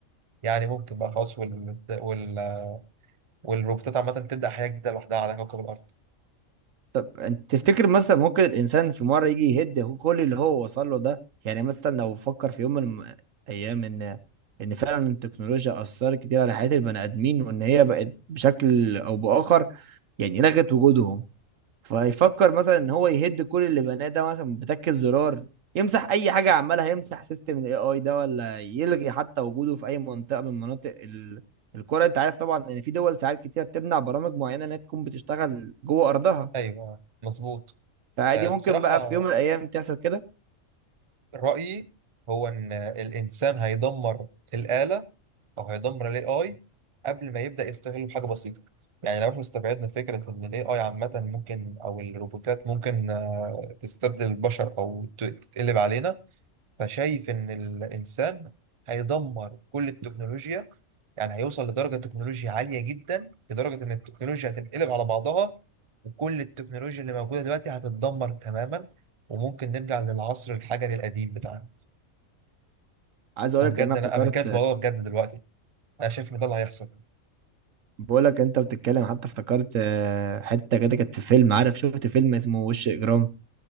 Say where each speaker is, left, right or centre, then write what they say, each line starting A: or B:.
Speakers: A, on the right (about 35°); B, on the right (about 75°).
A: يعني ممكن بقى خلاص وال... وال... والروبوتات عامة تبدأ حياة جديدة لوحدها على كوكب الأرض
B: طب انت تفتكر مثلا ممكن الإنسان في مرة يجي يهد هو- كل اللي هو وصل له ده يعني مثلا لو فكر في يوم من الم- أيام إن إن فعلا التكنولوجيا أثرت كتير على حياة البني آدمين وإن هي بقت بشكل أو بآخر يعني لغت وجودهم فيفكر مثلا ان هو يهد كل اللي بناه ده مثلا بتكة زرار يمسح اي حاجه عمالها يمسح سيستم الاي اي ده ولا يلغي حتى وجوده في اي منطقه من مناطق ال... الكره انت عارف طبعا ان في دول ساعات كتير بتمنع برامج معينه انها تكون بتشتغل جوه ارضها
A: أيوه مظبوط
B: فعادي
A: آه،
B: ممكن
A: بصراحة
B: بقى في يوم من الايام تحصل كده
A: رأيي هو إن الإنسان هيدمر الآلة أو هيدمر ال AI قبل ما يبدأ يستغله بحاجة بسيطة يعني لو احنا استبعدنا فكرة إن ال AI عامة ممكن أو الروبوتات ممكن آه، تستبدل البشر أو ت- تتقلب علينا فشايف إن الإنسان هيدمر كل التكنولوجيا يعني هيوصل لدرجة تكنولوجيا عالية جدا لدرجة إن التكنولوجيا هتنقلب على بعضها وكل التكنولوجيا اللي موجودة دلوقتي هتتدمر تماما وممكن نرجع للعصر الحجري القديم بتاعنا
B: عايز اقول
A: وبجد
B: لك انا افتكرت
A: أنا أنا بتكلم في الموضوع ده بجد دلوقتي أنا شايف إن ده اللي هيحصل
B: بقول لك انت بتتكلم حتى افتكرت آه، حته كده كانت في فيلم عارف شفت فيلم اسمه وش اجرام